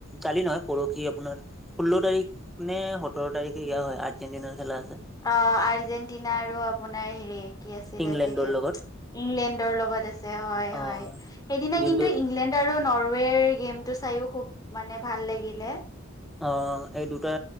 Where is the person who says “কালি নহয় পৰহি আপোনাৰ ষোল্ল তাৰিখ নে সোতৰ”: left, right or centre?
Centre